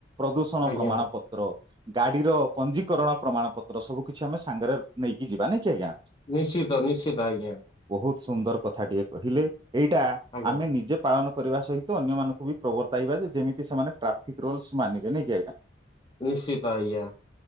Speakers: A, on the right; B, on the left.
A: ପ୍ରମାଣ
B: ଆଜ୍ଞା
A: ପତ୍ର ଗାଡିର ପଞ୍ଜୀକରଣ ପ୍ରମାଣ ପତ୍ର ସବୁ କିଛି ଆମେ ସାଙ୍ଗରେ ନେଇକି ଯିବା ନାହିଁକି ଆଜ୍ଞା,
B: ନିଶ୍ଚିତ ନିଶ୍ଚିତ ଆଜ୍ଞା,
A: ବହୁତ ସୁନ୍ଦର କଥାଟିଏ କହିଲେ, ଏଇଟା
B: ଆଜ୍ଞା
A: ଆମେ ନିଜେ ପାଳନ କରିବା ସହିତ ଅନ୍ୟମାନଙ୍କୁ ବି ପ୍ରବର୍ତ୍ତାଇବା ଯେମିତି ସେମାନେ ଟ୍ରାଫିକ ରୁଲସ ମାନ ନାଇକି ଆଜ୍ଞା,
B: ନିଶ୍ଚିତ ଆଜ୍ଞା